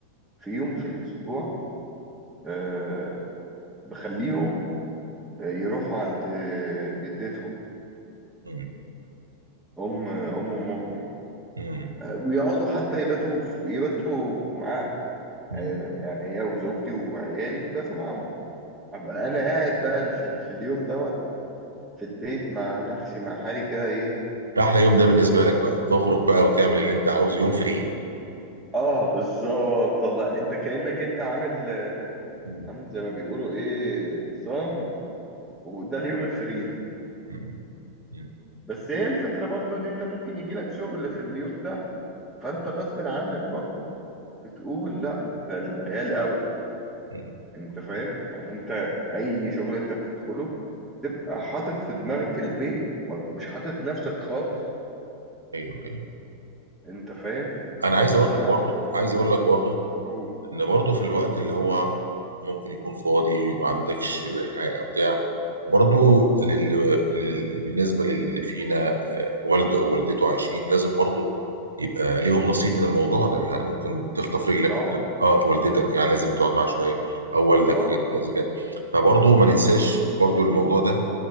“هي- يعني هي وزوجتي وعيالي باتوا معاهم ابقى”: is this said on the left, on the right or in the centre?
Centre